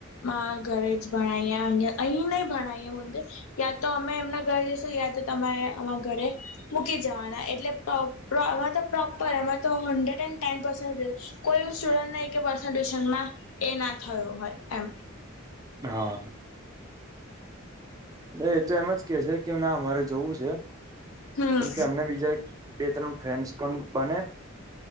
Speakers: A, on the left; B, on the right.
A: હા, ઘરે જ ભણાયએ અ અહીં નય ભણાયએ મુદ્દે, યાતો અમે એમના ઘરે જઈશું યા તમારે આ ઘરે મૂકી જવાના એટલે. એમે તો પ્રોપર, એમા તો હંડ્રેડ એન્ડ ટેન પેરેન્ટસ કોઈ સ્ટુડન્ટ નઇ કે? એક એના થયો હોય એમ.
B: હા. એ, એ તો એમ જ કે છે, કેમ? ના, મારે જોવું છે.
A: હમ
B: કેમ કે અમને બીજા બે ત્રણ ફ્રેન્ડસ પણ બને.